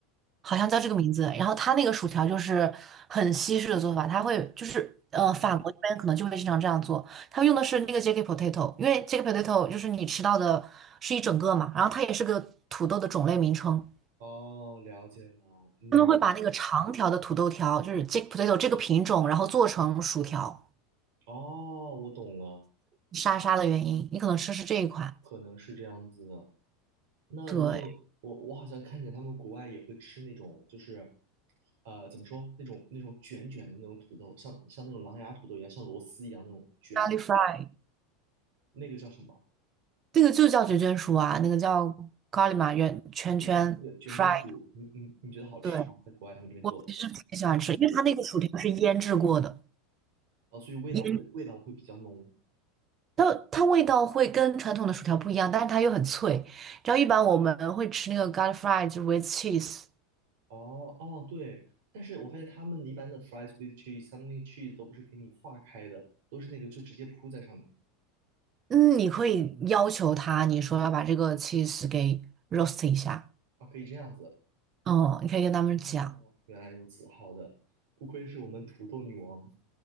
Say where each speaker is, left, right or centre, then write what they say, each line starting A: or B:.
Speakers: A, on the right; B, on the right.
A: 好像叫这个名字。然后它那个薯条就是很西式的做法，它会就是呃，法国那边可能就会经常这样做，它用的是那个 JK Potato，因为 JK Potato 就是你吃到的是一整个嘛，然后它也是个土豆的种类名称，
B: 哦，了解了，你，
A: 他们会把那个长条的土豆条，就是 JK Potato 这个品种，然后做成薯条，
B: 哦，我懂了，
A: 沙沙的原因，你可能吃是这一款，
B: 可能是这样子的。那你有，
A: 对。
B: 我我好像看见他们国外也会吃那种，就是，呃，怎么说，那种那种卷卷的那种土豆，像像那种狼牙土豆一样，像螺丝一样那种卷的那种，
A: g a l 咖喱 fry，
B: 那个叫什么？
A: 那个就叫卷卷薯啊，那个叫 g a r 咖喱嘛，圆圈圈
B: 那个那个卷卷薯，
A: fry。
B: 你你你觉得好吃吗？
A: 对，
B: 在国外他们这边做的
A: 我其实挺喜欢吃，因为它那个薯条是腌制过的，
B: 哦，所以味道会味道会比较浓。
A: 腌它它味道会跟传统的薯条不一样，但是它又很脆。然后一般我们会吃那个 Garlic fry 就是 with cheese，
B: 哦哦，对，但是我发现他们一般的 fries with cheese，他们那个 cheese 都不是给你化开的，都是那个就直接铺在上面
A: 嗯，你可以要求他，你说要把这个 cheese 给 roast 一下，
B: 啊，可以这样子。
A: 嗯，你可以跟他们讲。
B: 哦，原来如此，好的，不愧是我们土豆女王，